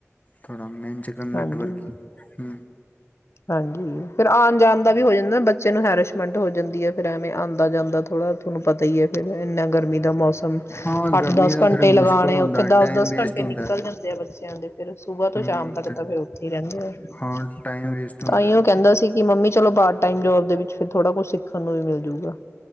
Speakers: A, on the left (about 30°); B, on the left (about 60°).
A: ਥੋੜ੍ਹਾ ਮੇਨ ਚਿਕਨ
B: ਹਾਂਜੀ
A: ਨੈਟਵਰਕ ਹ
B: ਹਾਂਜੀ ਫਿਰ ਆਉਣ ਜਾਣ ਦਾ ਵੀ ਹੋ ਜਾਂਦਾ ਬ ਨੂੰ ਹੈਰਸ਼ਮੈਂਟ ਹੋ ਜਾਂਦੀ ਹੈ ਫੇਿਰ ਐਵੇਂ ਆਉਦਾ ਜਾਂਦਾ ਥੋੜਾ ਤੁਹਾਨੂੰ ਪਤਾ ਹੀ ਹੈ ਫੇਿਰ ਇੰਨਾ ਗਰਮੀ ਦਾ ਮੌਸਮ
A: ਹਾਂ
B: ਅੱਠ
A: ਗਰਮੀ
B: ਦਸ
A: ਦਾ
B: ਘੰਟੇ
A: ਥੋੜਾ
B: ਲਗਾਣੇ
A: ਮੁਸ਼ਕਿਲ ਹੁੰਦਾ
B: ਉੱਥੇ
A: ਹੈ,
B: ਦਸ
A: ਟਾਈਮ
B: ਦਸ
A: ਵੇਸਟ
B: ਘੰਟੇ
A: ਹੁੰਦਾ
B: ਨਿਕਲ ਜਾਂਦੇ ਆ ਬ ਦੇ ਫਿਰ ਸੁਬਾਹ ਤੋਂ
A: ਹੂੰ
B: ਸ਼ਾਮ ਤੱਕ
A: ਤੇ
B: ਤਾਂ ਫਿਰ ਉੱਥੇ ਹੀ ਰਹਿੰਦੇ ਆ
A: ਹਾਂ
B: <inaudible>
A: ਟਾਈਮ ਵੇਸਟ ਹੁੰਦਾ
B: ਤਾਂਹੀਓ
A: ਹੈ।
B: ਕਹਿੰਦਾ ਸੀ ਕਿ ਮੰਮੀ ਚਲੋ ਪਾਰਟ ਟਾਈਮ ਜੋਬ ਦੇ ਵਿੱਚ ਫਿਰ ਥੋੜਾ ਕੁਛ ਸਿੱਖਣ ਨੂੰ ਵੀ ਮਿਲਜੂਗਾ